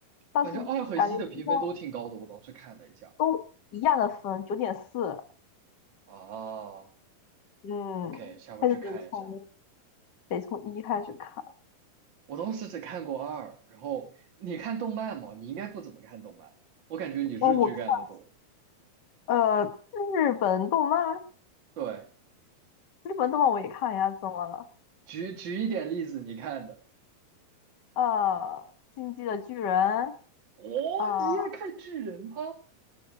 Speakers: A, on the left; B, on the right.
A: 但是感觉就像
B: 反正二和一的评分都挺高的，我当时看了一下。
A: 都一样的分，九点四，
B: 啊
A: 嗯，
B: ，OK，下回去看一下。
A: 还是得从得从一开始看。
B: 我当时只看过二，然后你看动漫吗？你应该不怎么看动漫，我感觉你日剧看的多。
A: 哦，我看呃日本动漫，
B: 对，
A: 日本动漫我也看呀，怎么了？
B: 举举一点例子，你看的。
A: 呃，进击的巨人，
B: 哇，
A: 呃
B: 你也看巨人吗？